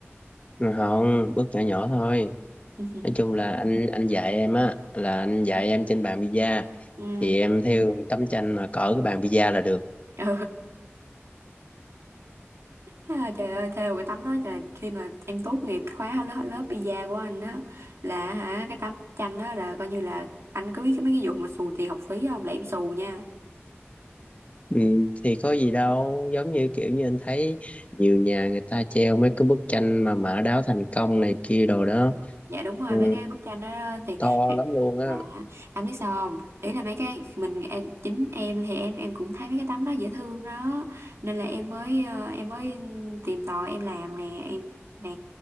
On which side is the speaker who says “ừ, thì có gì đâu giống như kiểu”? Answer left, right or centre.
Left